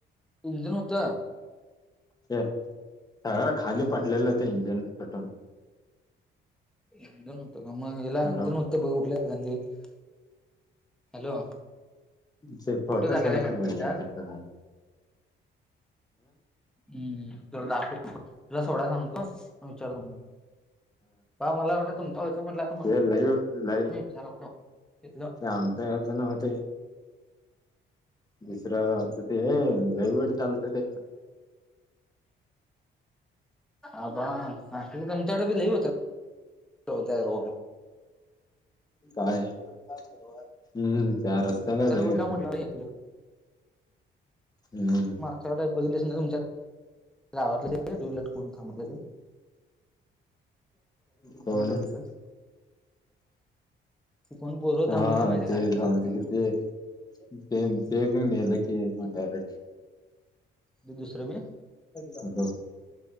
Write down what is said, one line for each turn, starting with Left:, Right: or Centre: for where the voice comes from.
Centre: इंजन होतं.
Left: ते सगळं खाली पडलेलं ते इंजिन तुटून.
Centre: इंजन होत का मग हेला
Left: हॅलो
Centre: इंजन होत बघ कुठलं <unintelligible> हॅलो.
Left: ते फोटो
Centre: दाखवल्या
Left: सोड की
Centre: नंतर
Left: मग
Centre: त्यात
Left: एक. अं?
Centre: हम्म तर दाखव की तुला सोडाय सांगतो‌. विचार म्हणुन. काल मला म्हंटला तुमचा <unintelligible>
Left: पण लई नाही.
Centre: त्याला उठवं. इथंल
Left: सांगतय अजून होते. दुसरं असं ते लई वाईट चालतं ते.
Centre: आबा असलं लई घंताड बी लई हो ठेवताय भाऊ मग.
Left: काय? हम्म. त्या रस्त्याला
Centre: रोडला
Left: लई येत्यात
Centre: म्हटलं
Left: हम्म.
Centre: <unintelligible> बघितल्यास ना तुमच्यात? गावातले ते <unintelligible> कोण थांबतय र.
Left: कोणं
Centre: गेलं असंच ती कोण पोरं
Left: हा
Centre: थांबलेली माहिती
Left: ते
Centre: गाडीला
Left: झालंत
Centre: ठोकून गेली
Left: किती
Centre: म्हणून
Left: ते ते
Centre: हम्म
Left: ते बी नेलं की घरीच.
Centre: ते दुसरं बी
Left: हॅलो.